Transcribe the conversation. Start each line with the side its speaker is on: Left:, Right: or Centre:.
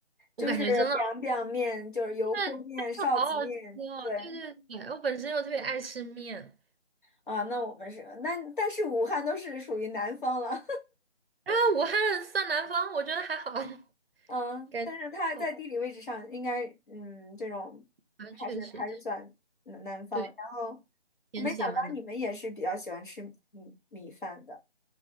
Right: 我感觉真的
Left: 就是 biang biang 面，就是油泼面、
Right: 真的真的好好吃哦！
Left: 臊子面，对
Right: 对对对，我本身又特别爱吃面，
Left: 啊，那我们是那，但是武汉都是属于南方了。
Right: 然后武汉算南方，我觉得还好，<laughs>
Left: 嗯，
Right: 感觉好
Left: 但是他在地理位置上应该，嗯，这种还是还是算南南方。
Right: 吧，确实，对，
Left: 然后
Right: 天气也蛮冷。
Left: 我没想到你们也是比较喜欢吃米米饭的